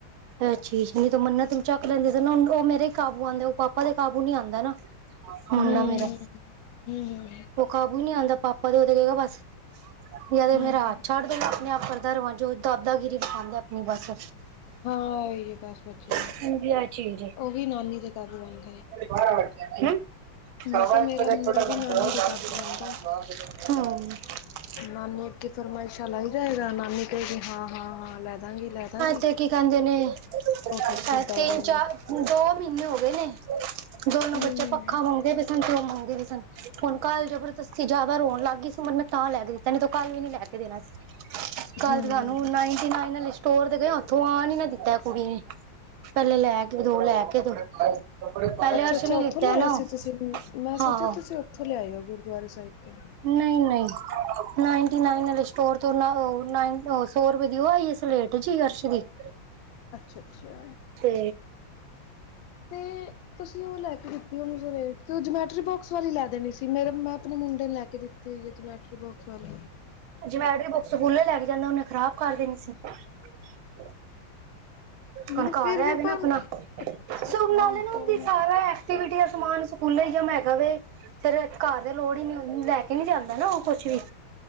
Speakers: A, on the right; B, on the left.
A: ਐ ਚੀਜ, ਨਈ ਤੇ ਮੰਨਤ ਨੂੰ ਚੱਕ ਲੈਂਦੇ ਸੀ ਨਾ ਓ ਮੇਰੇ ਈ ਕਾਬੂ ਆਂਦਾ ਨਾ ਓ ਪਾਪਾ ਦੇ ਕਾਬੂ ਨੀ ਆਂਦਾ ਨਾ। ਮੁੰਡਾ
B: ਹੂੰ
A: ਮੇਰਾ।
B: ਹੂੰ
A: ਓ ਕਾਬੂ ਨੀ ਆਂਦਾ ਪਾਪਾ ਦੇ। ਓਤੇ ਕੇਗਾ ਬਸ ਯਾ ਤੇ
B: ਹੂੰ
A: ਮੇਰਾ ਹੱਥ ਛੱਡ ਦੇ। ਮੈਂ ਅਪਣੇ ਆਪ ਕਰਦਾ ਰਵਾਂ ਜੋ ਦਾਦਾਗਿਰੀ ਦਿਖਾਂਦਾ ਅਪਣੀ ਬਸ।
B: ਹਾਂ ਓਈ ਏ ਬਸ ਬੱਚੇਆਂ ਨ,
A: ਹਾਂਜੀ ਇਹ ਚੀਜ਼
B: ਓ ਵੀ ਨਾਨੀ ਤੇ ਕਾਬੂ ਆਂਦਾ ਏ।
A: ਬਾਰਾਂ ਵਜਗੇ ਨੇ। ਹਾਂ।
B: ਮੈਂ ਕਿਹਾ ਮੇਰਾ ਮੁੰਡਾ ਵੀ ਨਾਨੀ ਦੇ ਕਾਬੂ ਆਂਦਾ ਏ। ਨਾਨੀ ਅੱਗੇ ਫਰਮਾਇਸ਼ਾਂ ਲਾਈ ਜਾਏਗਾ, ਨਾਨੀ ਕਏਗੀ ਹਾਂ ਹਾਂ ਹਾਂ ਲੈ ਦਾਂਗੀ ਲੈ ਦਾਂਗੀ।
A: ਤੇ ਕੀ ਕੈਂਦੇ ਨੇ
B: ਓ
A: ਇਹ
B: ਫੇਰ ਸਿੱਧਾ
A: ਤਿੰਨ
B: ਹੋ ਜਾਂਦਾ
A: ਚਾਰ
B: ਐ।
A: ਦੋ ਮੀਨੇ ਹੋਗੇ ਨੇ ਦੋਨੋ
B: ਹੂੰ।
A: ਬੱਚੇ ਪੱਖਾ ਮੰਗਦੇ ਪੇ ਸਨ ਤੇ ਓ ਮੰਗਦੇ ਪੇ ਸਨ ਹੁਨ ਕਲ ਜਬਰਦਸਤੀ ਜਾਦਾ ਰੋਣ ਲੱਗ ਗਈ ਸੀ ਮਨਮਤ ਤੇ ਤਾਂ ਲੈ ਕੇ ਦਿੱਤਾ, ਨੀ ਤੇ ਕੱਲ ਵੀ ਨੀ ਲੈ ਕੇ ਦੇਨਾ ਸੀ। ਕੱਲ
B: ਹੂੰ।
A: ਤੇ ਸਾਨੂੰ ਨਾਈਨਟੀ ਨਾਈਨ ਆਲੀ ਸਟੋਰ ਤੇ ਗਏ ਉੱਥੋਂ ਆਣ ਈ ਨਾ ਦਿੱਤਾ ਐ ਕੁੜੀ ਨੇ ਪੈਲੇ ਲੈ ਕੇ ਦੋ, ਲੈ ਕੇ ਦੋ। ਪਹਿਲੇ
B: ਅੱਛਾ
A: ਅਰਸ਼
B: ਅੱਛਾ,
A: ਨੇ
B: ਓਥੋਂ
A: ਲਿੱਤਾ
B: ਲੇਆਏ
A: ਨਾ
B: ਸੀ ਤੁਸੀ ਮੈਂ
A: ਹਾਂ
B: ਸੋਚੇਆ ਤੁਸੀ ਥੋਂ ਲਆਏ ਓ ਗੁਰਦੁਆਰੇ ਸਾਹਿਬ ਤੋਂ।
A: ਨਈ ਨਈ। ਨਾਈਨਟੀ ਨਾਈਨ ਆਲੇ ਸਟੋਰ ਤੋਂ ਨ ਓ ਨਾ ਸੋ ਰਪਏ ਦੀਓ ਆਈਏ ਸਲੇਟ ਜੀ ਅਰਸ਼ ਦੀ। <unintelligible>
B: ਅੱਛਾ ਅੱਛਾ।
A: ਤੇ
B: ਤੇ ਤੁਸੀ ਓ ਲੈ ਕੇ ਦਿ ਜਮੈਟਰੀ ਬੋਕਸ ਵਾਲੀ ਲੈ ਦੇਣੀ ਸੀ। ਮੇਰੇ ਮੈਂ ਅਪਣੇ ਮੁੰਡੇ ਨੂੰ ਲੈ ਕੇ ਦਿੱਤੀ ਹੋਈ ਏ ਜਮੈਟਰੀ ਬੋਕਸ। ਚਲ
A: ਜਮੈਟਰੀ ਬੋਕਸ ਸਕੂਲੇ ਲੈਕੇ ਜਾਂਦਾ ਓਨੇ ਖਰਾਬ ਕਰ ਦੇਨੀ ਸੀ। <unintelligible>
B: ਨਹੀਂ
A: ਹੁਨ
B: ਫਿਰ
A: ਘਰ
B: ਵੀ
A: ਐਵੇ
B: ਪਰ
A: ਨਾ ਅਪਨਾ
B: ਅੱਛਾ
A: ਸੁ
B: ਹਾਂ
A: ਨਾਲੇ ਨ ਔਂਦੀ
B: ਹਾਂ
A: ਸਾਰੇ ਐਕਟੀਵਿਟੀ ਦਾ ਸਮਾਨ ਸਕੂਲੇ ਈ ਜਮਾ ਹੈਗਾ ਵੇ। ਫੇਰ ਘਰ ਤੇ ਲੋੜ ਈ ਨੀ। ਲੈ ਕੇ ਨੀ ਜਾਂਦਾ ਨਾ ਓ ਕੁਛ ਵੀ।